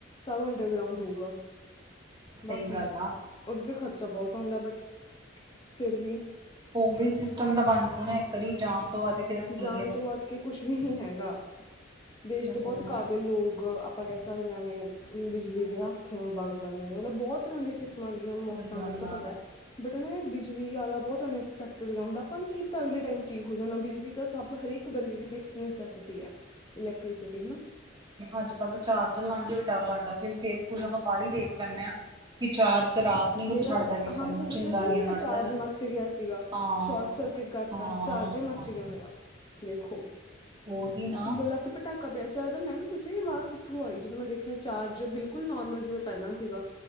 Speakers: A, on the left (about 25°); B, on the right (about 25°).
A: ਸਭ ਅੰਡਰਗਰਾਉਂਡ ਹੋਊਗਾ।
B: ਸਹੀ
A: ਬਾਕੀ
B: ਗੱਲ ਆ।
A: ਓਦੇ ਤੇ ਖਰਚਾ ਬਓ ਆਂਦਾ ਬਟ, ਫੇਰ ਵੀ
B: ਓਵੀ ਸਿਸਟਮ ਤਾਂ ਬਣ ਜਾਓ ਇੱਕ ਵਾਰੀ, ਜਾਣ ਤੋਂ ਵੱਧ ਕੇ ਤਾਂ ਕੀ
A: ਜਾਣ
B: ਹੈ।
A: ਤੋਂ ਵੱਧ ਕੇ ਕੁਛ ਵੀ ਨੀ ਹੈਗਾ, ਦੇਸ਼
B: ਤੇ
A: ਦੇ
B: ਹੋਰ
A: ਬੋਤ ਕਾਬਿਲ ਲੋਕ ਆਪਾਂ ਕੈ ਸਕਦੇ ਆਂ ਐਵੇਂ ਬਿਜਲੀ ਦੇ ਹੱਥੋਂ ਬਗ ਜਾਂਦੇ ਨੇ, ਮਤਲਬ ਬਹੋਤ ਤਰ੍ਹਾਂ ਦੇ ਕਿਸਮਾਂ ਦੀਆਂ
B: ਸਹੀ
A: ਮੌਤਾਂ
B: ਗੱਲ
A: ਨੇ ਓਤਾਂ
B: ਆ।
A: ਪਤੈ। ਬਟ ਨਾ ਯਾਰ ਬਿਜਲੀ ਵਾਲਾ ਬੋਤ ਅਨਐਕਸਪੈਕਟਡ ਜਾਂ ਹੁੰਦਾ ਆਪਾਂ ਨੂੰ ਕੀ ਪਤਾ ਅਗਲੇ ਟਾਈਮ ਕੀ ਹੋ ਜਾਨਾਂ ਬਿਜਲੀ ਸਬ ਹਰੇਕ ਬੰਦੇ ਦੀ ਬੇਸਿਕ ਨਸੈਸਟੀ ਆ ਇਲੈਕਟ੍ਰੀਸਿਟੀ, ਹਨਾ।
B: ਅੱਜ-ਕੱਲ ਤਾਂ ਚਾਰਜਰ ਲਾਣ ਜ ਵੀ ਡਰ ਲੱਗਦਾ ਕਿਉਂਕਿ ਰੀਲਸ ਆਪਾਂ ਬਾਹਲੀ ਦੇਖ ਲੈਣੇ ਆਂ। ਕਿ ਚਾਰਜਰ ਆਪ ਨੀ ਕਿਸ
A: ਮੇਰਾ
B: ਛੱਡਦਾ ਕਿਸੇ
A: ਹਾਂ ਮੈਂ
B: ਨੂੰ
A: ਤੁਹਾਨੂੰ ਦੱਸਿਆ
B: ਚਿੰਗਾਰੀਆਂ
A: ਸੀ ਨਾ ਮੇਰਾ
B: ਕੱਢਦੈ
A: ਚਾਰਜ
B: ਜਦੋਂ।
A: ਮੱਚ ਗਿਆ ਸੀਗਾ
B: ਹਾਂ।
A: ਸ਼ੋਰਟ ਸਰਕਿਟ ਕਰਤਾ
B: ਹਾਂ-ਹਾਂ-ਹਾਂ
A: ਚਾਰਜ ਈ ਮੱਚ ਗਿਆ ਮੇਰਾ ਦੇਖੋ,
B: ਉਹੀ ਨਾ
A: ਇੱਕੋ ਲਖਤ ਪਟਾ ਕਾ ਪਿਆ ਚਾਰ ਦਾ ਮੈਂ ਵੀ ਸੋਚਿਆ ਆਵਾਜ਼ ਕਿੱਥੋਂ ਆਈ ਜਦੋਂ ਮੈਂ ਦੇਖਿਆ ਚਾਰਜ ਬਿਲਕੁੱਲ ਨੋਰਮਲ ਜਿਵੇਂ ਪੈਲਾਂ ਸੀਗਾ